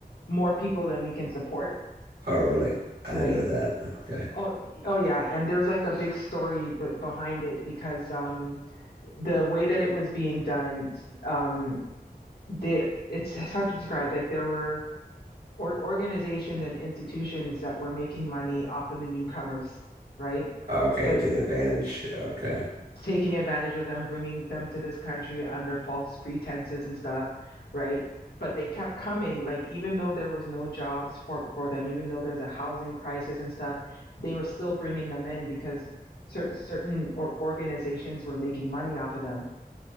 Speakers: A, on the left; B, on the right.
A: more people than we can support
B: Oh, really? I
A: right
B: didn't know that. Okay.
A: oh oh yeah and there's like a big story b behind it because um the way that it was being done um they it's it's hard to describe like there were or organizations and institutions that were making money off of the newcomers right
B: Okay,
A: like
B: taking advantage. Okay.
A: taking advantage of them, bringing them to this country under false pretenses and stuff, right? But they kept coming, like even though there was no jobs for for them, even though there's a housing crisis and stuff, they were still bringing them in because cer- certain or- organizations were making money off of them,